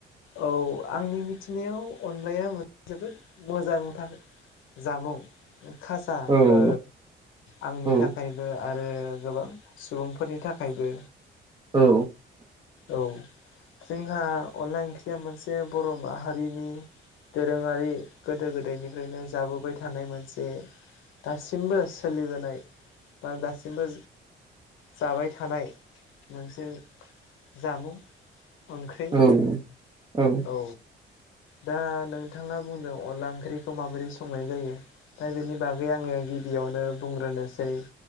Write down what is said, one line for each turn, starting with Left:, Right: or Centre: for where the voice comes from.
Left: औ आंनि मिथिनायाव अनलायासे जोबोद मोजां जामुं खाजा
Right: औ
Left: ओ आंनि
Right: औ
Left: थाखाय थाखायबो आरो गोबां सुबुंफोरनि थाखायबो
Right: औ
Left: औ जोंहा अनला ओंख्रिया मोनसे बर' माहारिनि दोरोङारि गोदो गोदायनिफ्रायनो जाबोबाय थानाय मोनसे दासिमबो सोलिबोनाय ओ दासिमबो जाबाय थानाय मोनसे जामुं ओंख्रि
Right: औ औ
Left: औ दा नोंथाङा बुंदों अनला ओंख्रिखौ माबोरै संनाय जायो? दा बेनि बागै आङो गिबियावनो बुंग्रोनोसै